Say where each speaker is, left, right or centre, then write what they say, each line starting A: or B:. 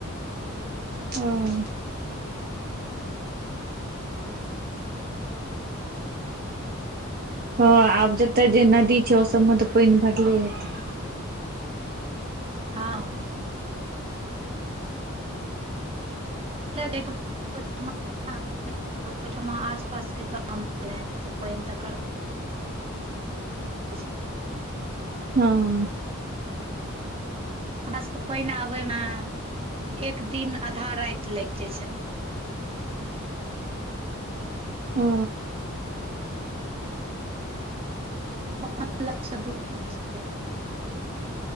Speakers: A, on the right (about 45°); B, on the right (about 30°).
A: हँ
B: हँ <inaudible>
A: हँ आब जतय जे नदी छै ओ सबमे त पानि भरले हेतै
B: हँ क <unintelligible> ओर ओठमा आस पास के गाँव पानि तकर अछि
A: हं उ
B: हमरा सब के पाइन आबे में एक दिन आधा राति लागि जाय छै
A: ओ
B: ब ल द <unintelligible>